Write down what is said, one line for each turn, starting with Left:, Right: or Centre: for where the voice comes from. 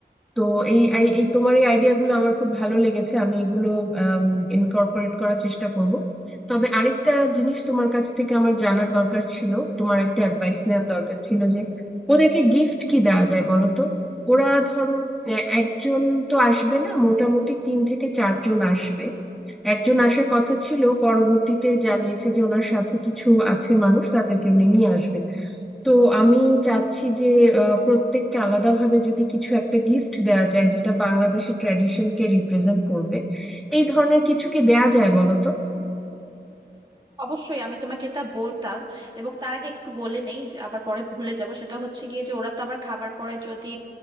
Centre: তো এই এই এই তোমার এই আইডিয়া গুলো আমার খুব ভালো লেগেছে আমি এগুলো ইনকর্পোরেট করার চেষ্টা করব তবে আরেকটা জিনিস তোমার কাছ থেকে আমার জানার দরকার ছিল তোমার একটা অ্যাডভাইস নেওয়ার দরকার ছিল যে ওদেরকে গিফট কি দেওয়া যায় বলো তো ওরা ধরো এ- একজন তো আসবে না মোটামুটি তিন থেকে চারজন আসবে একজন আসার কথা ছিল পরবর্তীতে জানিয়েছে যে ওনার সাথে কিছু আছে মানুষ তাদেরকে উনি নিয়ে আসবেন তো আমি চাচ্ছি যে আহ, প্রত্যেককে আলাদাভাবে যদি কিছু একটা গিফট দেয়া যায় যেটা বাংলাদেশের ট্র্যাডিশনকে রিপ্রেজেন্ট করবে এই ধরনের কিছু কি দেয়া যায় বলো তো
Right: অবশ্যই আমি তোমাকে এটা বলতাম এবং তার আগে একটু বলে নেই যে আবার পরে ভুলে যাব সেটা হচ্ছে গিয়ে যে ওরা তো আবার খাবার পরে যদি